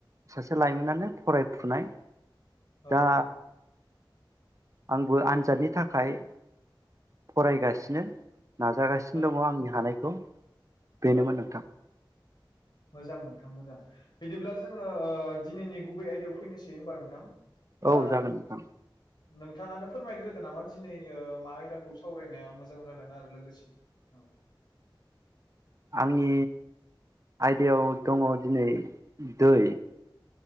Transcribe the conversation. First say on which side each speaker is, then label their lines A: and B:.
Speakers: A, on the right; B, on the left.
A: सासे लाइमोनानो फरायफुनाय
B: औ
A: दा
B: औ
A: आंबो आनजादनि थाखाय फरायगासिनो नाजागासिनो
B: औ
A: दङ आंनि हानायखौ बेनोमोन
B: औ
A: नोंथां
B: औ मोजां नोंथां मोजां बिदिब्ला जोंङो ओ दिनैनि गुबै आयदायाव फैनोसै होमबा नोंथां दा
A: औ जागोन नोंथां
B: नोंथाङानो फोरमायग्रोदो नामा दिनै ओ मा आयदाखौ सावरायनाया मोजां जागोन आरो लोगोसेनो औ
A: आंनि आयदायाव दङ दिनै दै